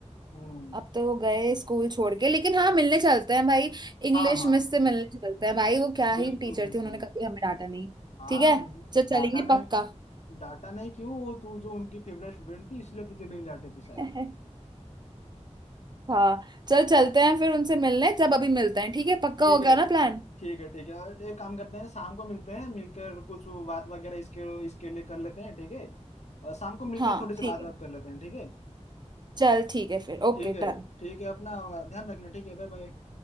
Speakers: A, on the left; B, on the right.
A: हम्म
B: अब तो वो गए स्कूल छोड़ के लेकिन हाँ मिलने चलते हैं भाई इंग्लिश
A: हाँ हाँ
B: मिस से मिलने चलते हैं भाई वो क्या ही
A: बिल्कुल
B: टीचर
A: बिल्कुल
B: थी उन्होंने
A: बिल्कुल
B: कभी हमें डांटा नहीं
A: हाँ
B: ठीक है चल चलेंगे
A: डाटा नहीं
B: पक्का
A: डाटा नहीं क्यों वो तू जो उनकी फेवरेट स्टूडेंट थी इसलिए तुझे नहीं डांटे थे शायद
B: <laughs> हाँ चल चलते हैं फिर उनसे मिलने जब अभी मिलते हैं ठीक है पक्का
A: ठीक
B: हो गया
A: है
B: ना प्लान
A: ठीक है ठीक है और एक काम करते हैं शाम को मिलते हैं मिलकर कुछ बात वगैरह इसके इसके लिए कर लेते हैं ठीक है और शाम को मिलकर
B: हाँ
A: थोड़ी सी
B: ठीक
A: बात बात
B: है
A: कर लेते हैं ठीक है
B: चल ठीक है फिर ओके
A: ठीक है
B: डन
A: ठीक है अपना ध्यान रखना ठीक है Bye bye